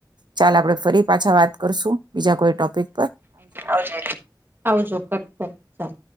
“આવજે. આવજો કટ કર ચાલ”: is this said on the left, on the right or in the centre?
Right